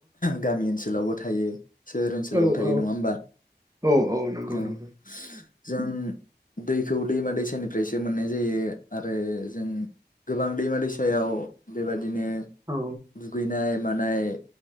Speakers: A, on the left (about 50°); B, on the right (about 20°).
A: गामि ओनसोलावबो। थायो सोहोर ओनसोलावबो
B: औ
A: थायो
B: औ
A: नङा होमबा।
B: औ नंगौ
A: औ
B: नंगौ
A: जों। दैखौ दैमा दैसानिफ्रायसो मोननाय जायो आरो जों। गोबां दैमा दैसायाव बेबादिनो
B: औ
A: दुगैनाय मानाय।